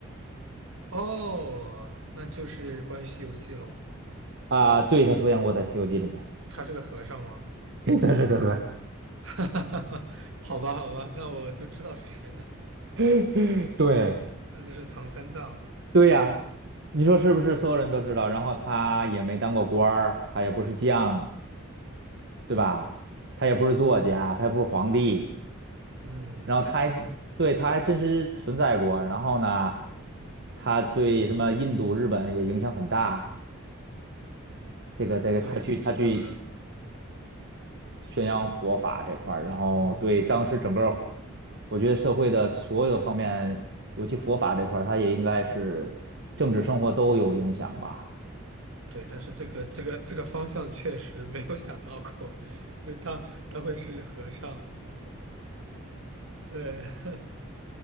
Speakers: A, on the right; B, on the right.
A: 哦，那就是关于《西游记》喽。
B: 啊、对，他出现过在《西游记》里面。
A: 他是个和尚吗？
B: <laughs> 它是个和尚
A: <laughs> 哈哈哈好吧，好吧，那我就知道是谁了，
B: <laughs> 对
A: 那就是唐三藏。
B: 对呀，你说是不是？所有人都知道，然后他也没当过官儿，他也不是将，对吧？他也不是作家，他也不是皇帝，
A: 嗯，
B: 然后他还对他还真实存在过。
A: 但是唐，
B: 然后呢，他对什么印度、日本也影响很大。这个这个，
A: 对，
B: 他去他去
A: 这个，
B: 宣扬佛法这块儿，
A: 嗯，
B: 然后对当时整个儿
A: 嗯，
B: 我觉得社会的所有的方面，尤其佛法这块儿，它也应该是政治生活都有影响吧。
A: 对，但是这个这个这个方向确实没有想到过，<laughs> 就是他他会是和尚。对